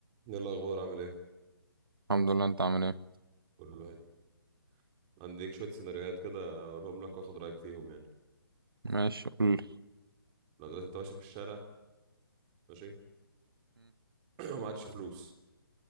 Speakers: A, on the right; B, on the right.
A: ايه الاخبار عامل ايه
B: الحمد لله انت عامل ايه
A: كله الحمد حلو لله عنديك شويه سيناريوهات كده اقولهم لك واخد رايك فيهم يعني
B: ماشي قول لي
A: لو دلوقتي انت ماشي في الشارع ماشي <clears throat> ومعكش فلوس